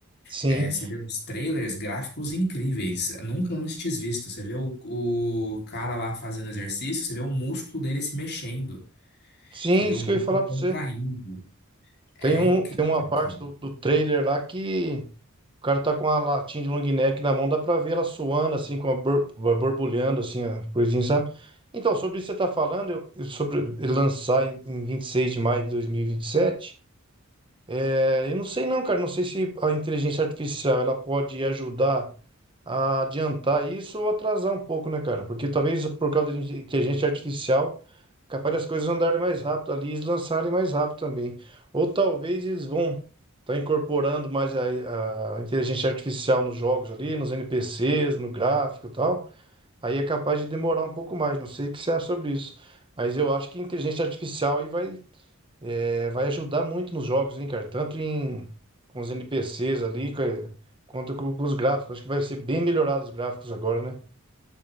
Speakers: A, on the right; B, on the left.
A: Sim.
B: É, você vê os trailers, gráficos incríveis, nunca antes visto. Você vê o, o cara lá fazendo exercício, você vê o músculo dele se mexendo,
A: Sim,
B: você vê
A: isso
B: o músculo
A: que eu ia falar pra
B: contraindo.
A: você.
B: É
A: Tem um,
B: incrível,
A: tem uma parte
B: cara.
A: do, do trailer lá que o cara tá com a latinha de long neck na mão, dá pra ver ela suando, assim, com a bor- bor- borbulhando, assim, a coisinha, sabe? Então, sobre isso que você tá falando, eu- eu sobre ele lançar em, em 26 de maio de dois mil e e vinte e sete é, eu não sei não, cara. Não sei se a inteligência artificial ela pode ajudar a adiantar isso ou atrasar um pouco, né, cara? Porque talvez por causa da inte- inteligência artificial, capaz das coisas andarem mais rápido ali, eles lançarem mais rápido também. Ou talvez eles vão estar incorporando mais a, a inteligência artificial nos jogos ali, nos NPCs, no gráfico e tal. Aí é capaz de demorar um pouco mais. Não sei o que você acha sobre isso. Mas eu acho que inteligência artificial aí vai é, vai ajudar muito nos jogos, hein, cara? Tanto em, com os NPCs ali, ca- quanto com, com os gráficos. Acho que vai ser bem melhorado os gráficos agora, né?